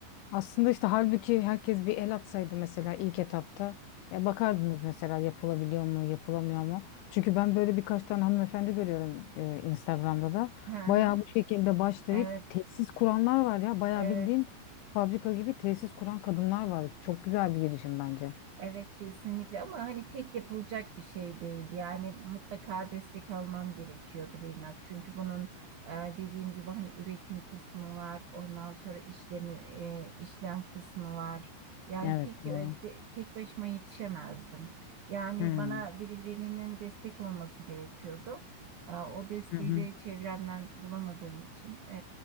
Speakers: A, on the left (about 85°); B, on the right (about 60°).
A: Aslında işte halbuki herkes bir el atsaydı mesela ilk etapta. E, bakardınız mesela yapılabiliyor mu, yapılamıyor mu? Çünkü ben böyle birkaç tane hanımefendi görüyorum e, Instagram'da da.
B: Hı hı.
A: Bayağı bu şekilde başlayıp
B: Evet,
A: tesis kuranlar var ya. Bayağı
B: evet.
A: bildiğin fabrika gibi tesis kuran kadınlar var. Çok güzel bir girişim bence.
B: Evet kesinlikle ama hani tek yapılacak bir şey değildi. Yani mutlaka destek almam gerekiyordu biraz. Çünkü bunun e, dediğim gibi hani üretim kısmı var. Ondan sonra işlemi e, işlem kısmı var. Yani
A: Evet
B: tek
A: doğru.
B: e, de- tek başıma yetişemezdim. Yani
A: Hmm.
B: bana birilerinin destek olması gerekiyordu. E, o desteği
A: Hı hı.
B: de çevremden bulamadığım için e,